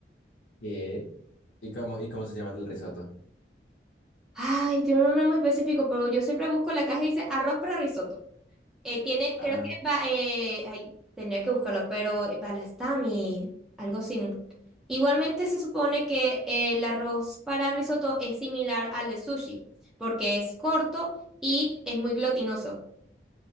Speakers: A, on the left; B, in the centre.
A: ¿Qué? ¿Y cómo, y cómo se llama el risotto?
B: Ay, tiene un nombre muy específico, pero yo siempre busco la caja y dice arroz para risotto. Eh, tiene,
A: Ah,
B: creo que va, eh, ay, tendría que buscarlo, pero eh, balastami, algo sin. Igualmente se supone que eh, el arroz para risotto es similar al de sushi, porque es corto y es muy glutinoso.